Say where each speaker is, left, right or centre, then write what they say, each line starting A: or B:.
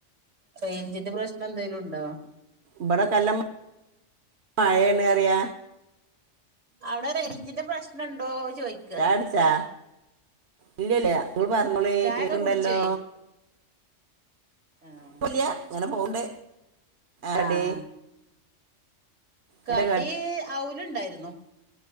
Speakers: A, on the right (about 80°); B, on the right (about 60°).
A: റെയ്ഞ്ചിന്റെ പ്രശ്നം എന്തെങ്കലും ഉണ്ടോ?
B: ഇബടക്കേ നല്ലം മഴയെണറിയ
A: അവിടെ റെയ്ഞ്ചിന്റെ പ്രശ്നം ഉണ്ടോന് ചോയ്
B: ചായടിച്ചാ ഇല്ലല്ല ങ്ങൾ പറഞ്ഞോളി
A: ചായൊക്കെ
B: കേക്കണ്ടല്ലോ
A: കുടിച്ചോയി ആഹ്
B: കുഴപ്പുല്ല ഇങ്ങനെ പോവുണ്ട് കടി
A: ആഹ് കടി
B: എന്താ
A: അവുലുണ്ടായിരുന്നു